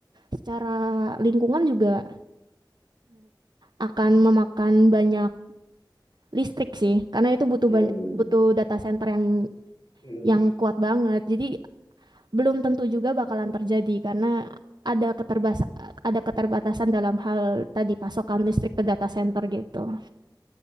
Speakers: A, on the right; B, on the left.
A: secara lingkungan juga akan memakan banyak listrik sih, karena itu butuh
B: Iya,
A: banyak
B: iya.
A: butuh data center yang
B: Hmm.
A: yang kuat banget. Jadi belum tentu juga bakalan terjadi karena ada keterbas ada keterbatasan dalam hal tadi pasokan listrik ke data center gitu.